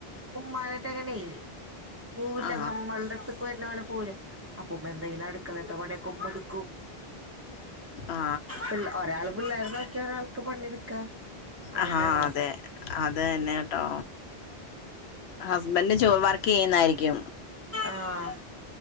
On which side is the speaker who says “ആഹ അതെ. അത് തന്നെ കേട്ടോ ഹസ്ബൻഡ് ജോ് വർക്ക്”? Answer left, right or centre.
Left